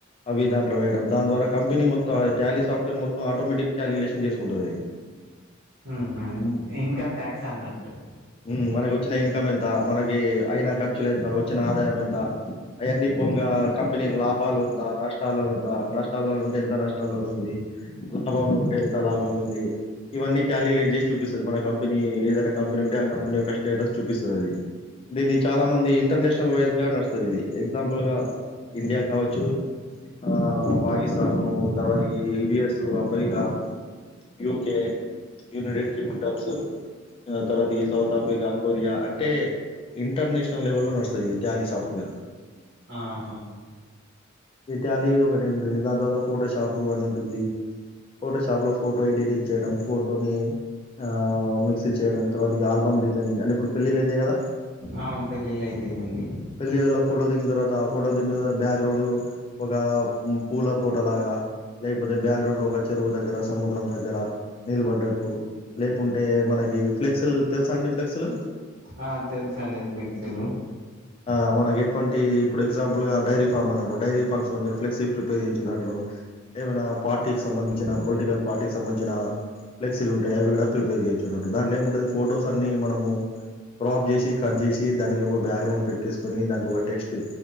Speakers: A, on the left; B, on the right.
A: అవి దాంట్లో వే ద్వార కంపెనీ మొత్త ఆ టాలీ సఫ్ట్వేర్ మొత్తం ఆటోమేటిక్ క్యాలిక్లేషన్ చేసుకుంటది అది
B: ఉహు ఇన్కమ్ ట్యాక్స్ అన్నట్టు
A: ఉ మనకి వచ్చిన ఇన్కమ్ ఎంత మనకి అయిన ఖర్చులు ఎంత వచ్చిన ఆదాయం ఎంత అవన్నిపోంగ కంపెనీ లాభాలు ఉందా నష్టాలులు ఉందా నష్టాల్లో ఉంటే ఎంత నష్టాల్లోన ఉంది లాభంలో ఉంటే ఎంత లాభంలో ఉంది ఇవన్నీ క్యాలిక్యలేట్ చేసి చూపిస్తుంది మన కంపెనీ ఏదైనా కంపెనీ ఉంటే ఆ కంపెనీ యొక్క స్టేటస్ చూపిస్తది అది దీన్ని చాలా మంది ఇంటర్నేషనల్ వైజ్ గా నడుస్తుంది ఇది ఎగ్జాంపుల్ గా ఇండియా కావచ్చు ఆ పాకిస్తాను తర్వాత ఈ US America UK United Kingdoms ఆ తర్వాత ఈ సౌత్ ఆఫ్రికా కొరియా అంటే ఇంటర్నెషనల్ లెవెల్లో నడస్తు ఇ ట్యాలి సాఫ్ట్ వేర్
B: ఆహా
A: ఇటాలీ ఒకటి ఉంటుంది దాని తర్వాత ఫోటోషాప్ అని ఉంటుంది ఫోటో షాప్లో ఫోటో ఎడిటింగ్ చేయడం ఫోటోని ఆ మిక్స్ చేయడం తర్వాత ఆల్బమ్ డిజైనింగ్ అంటే ఇప్పుడు పెళ్ళిలు అయితయి కదా
B: ఆ పెళ్ళిళ్ళ అయితేయండి
A: పెళ్ళిళ్లలో ఫోటోలు దిగిన తర్వాత ఆ ఫోటోలు దిగిన బ్యాక్గ్రౌండ్ ఒక పూల తోటలాగా లేకపోతే బాక్గ్రౌండ్ లో ఒక చెరువు దగ్గర సముద్రం దగ్గర నిలబడ్డట్టు లేకుంటే మనకి ఫ్లెక్స్లు తెలుసా అండి ఫ్లెక్స్లు
B: ఆ తెలుస అండి ఫ్లెక్సీలు
A: ఆ మనకు ఎటువంటి ఇప్పుడు ఎగ్జాంపుల్ గా డైరీఫాం అన్నరు డైరీఫామ్స్ ఫ్లెక్సీ ప్రిపేర్ చేయొచ్చు దాంట్లో ఏమైనా పార్టీకి సంబంధించిన
B: మ్మ్.
A: పొలిటికల్ పార్టీకి సంబంధించిన ఫ్లెక్సీ ఉంటాయివి కూడా ప్రిపేర్ చేయచ్చున్నట్టు దాంట్లో ఏముంటది ఫోటోస్ అన్ని మనము క్రాప్ జేసి కట్ చేసి దానికి ఒక బ్యాక్గ్రౌండ్ పెట్టేసుకొని దానికి ఒక టెక్స్ట్